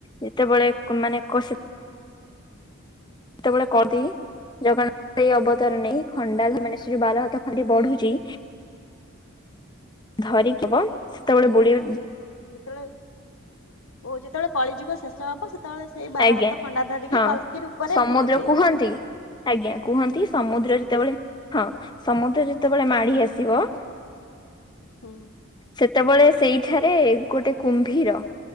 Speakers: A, on the left; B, on the left.
A: ଯେତେବେଳେ ମାନେ କ କେତେବେଳେ କହନ୍ତି? ଜଗନ୍ନାଥ ଏଇ ଅବତାର ନେଇ ଖଣ୍ଡା ଧରି ମାନେ ସେ ଯୋଉ ବାର ହାତ ଖଣ୍ଡେ ବଢୁଚି। ଧରିହବ ସେତେବେଳେ ବୁଡି
B: ଯେତେବେଳେ ଓ ଯେତେବେଳେ କଳି ଯୁଗ ଶେଷ ହବ ସେତେ ସେତେବେଳେ ସେଇ ବାର
A: ଆଜ୍ଞା
B: ହାତ ଖଣ୍ଡା ଧରିକି
A: ହଁ
B: କଲକି ରୁପରେ
A: ସମୁଦ୍ର
B: ବୁଲିବେ।
A: କୁହନ୍ତି ଆଜ୍ଞା କୁହନ୍ତି ସମୁଦ୍ର ଯେତେବେଳେ ହଁ ସମୁଦ୍ର ଯେତେ ଯେତେବେଳେ ମାଡି ଆସିବ
B: ହୁଁ।
A: ସେତେବେଳେ ସେଇଠାରେ ଗୋଟେ କୁମ୍ଭୀର